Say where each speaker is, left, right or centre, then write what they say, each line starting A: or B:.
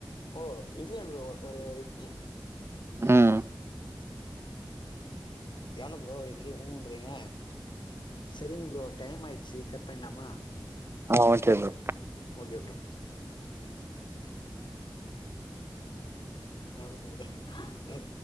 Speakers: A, on the left; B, on the right.
A: ஓ இட்லி அ ப்ரோ ஒரு இட்லி
B: ம்ஹ்
A: ஏங்க ப்ரோ இட்லிய ஊன்றீங்க சரிங்க ப்ரோ டைம் ஆயிடுச்சு கட் பண்ணிலாமா
B: ஆஹ் ஓகே ப்ரோ
A: ஓகே ப்ரோ ஆஹ் ஓகே ப்ரோ